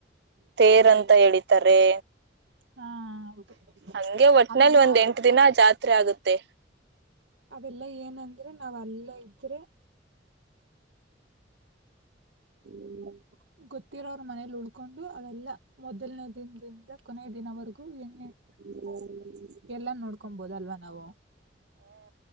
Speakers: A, on the right; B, on the right.
A: ತೇರ್ ಅಂತ ಹೇಳಿತಾರೆ
B: ಹಾ ಹೌದು
A: ಹಂಗೆ ಒಟ್ಟನಲ್ಲಿ
B: ಅವೆಲ್ಲಾ
A: ಒಂದ್ ಎಂಟ ದಿನ ಆ ಜಾತ್ರೆ ಆಗುತ್ತೆ
B: ಅವೆಲ್ಲ ಏನಂದ್ರೆ ನಾವ್ ಅಲ್ಲ ಇದ್ರೆ
A: <inaudible>
B: ಗೊತ್ತಿರೋ ಅವ್ರ ಮನೇಲಿ ಉಳ್ಕೊಂಡು ಅವೆಲ್ಲಾ ಮೊದಲನೇ ದಿನದಿಂದ ಕೊನೆಯ ದಿನವರೆಗೂ ಹೆಂ
A: <inaudible>
B: ಎಲ್ಲ ನೋಡ್ಕೊಬೋದ್ ಅಲ್ವಾ ನಾವು.